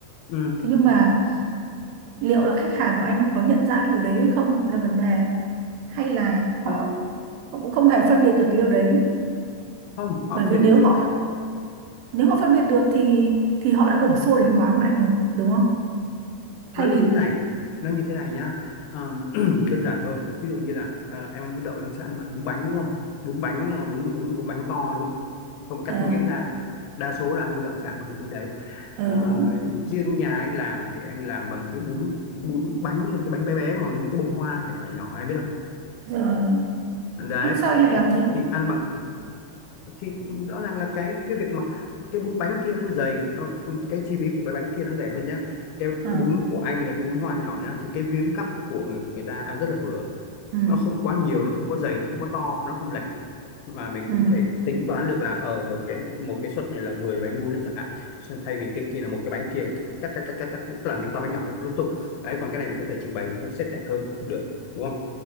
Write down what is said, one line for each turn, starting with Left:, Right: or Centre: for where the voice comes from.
Left: ừ
Right: thế nhưng mà liệu là khách hàng của anh có nhận ra cái điều đấy hay không là vấn đề hay là họ,
Left: Ờ,
Right: họ cũng không hề phân biệt được cái điều đấy
Left: không họ
Right: bởi
Left: phân
Right: vì
Left: biệt
Right: nếu
Left: được chứ
Right: họ nếu họ phân biệt được thì thì họ đã đổ xô đến quán của anh rồi đúng không thay
Left: nó
Right: vì
Left: như thế này nó như thế này nhá Ờ, <clears throat> đơn giản thôi ví dụ như là à, em ăn bún đậu em sẽ ăn bằng bún bánh đúng không bún bánh à, bún bún bún bánh to đúng không không mà cắt
Right: ờ
Left: miếng ra đa số là ăn bún đậu sẽ ăn bằng cái bún đấy
Right: ờ,
Left: Ờ,
Right: đúng
Left: riêng nhà anh làm thì anh làm bằng cái bún bún bánh như là cái bánh bé bé mà như cái bông hoa nhỏ nhỏ nhỏ em biết
Right: rồi, rồi
Left: không đấy
Right: nhưng sao anh
Left: đấy
Right: lại làm thế
Left: thì ăn bằng thì rõ ràng là cái cái việc mà cái bún bánh kia nó dày nó cái chi phí của cái bánh kia nó rẻ hơn nhá cái
Right: à
Left: bún của anh là cái bún hoa nhỏ nhá thì cái miếng gắp của người, người ta ăn rất là vừa
Right: ừ
Left: nó không quá nhiều nó không quá dày nó không quá to nó không lệch mà mình
Right: ừ
Left: cũng thể tính toán được là ở một cái một cái suất này là 10 bánh bún đấy chẳng hạn thay vì cái kia là một cái bánh kia cắt cắt cắt cắt cắt, cắt tức là miếng to bánh nhỏ lung tung đấy còn cái này mình có thể trình bày mình có thể xếp đẹp hơn được đúng không